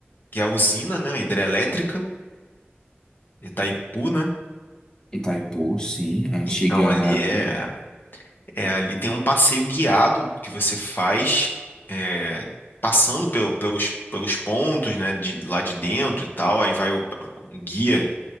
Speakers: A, on the left; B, on the left.
A: que é a usina, né? Hidrelétrica, Itaipu, né?
B: Itaipu, sim. A antiga.
A: Então ali é, é ali tem um passeio guiado que você faz é, passando pelo- pelos, pelos pontos, né, de, lá de dentro e tal, aí vai o, um guia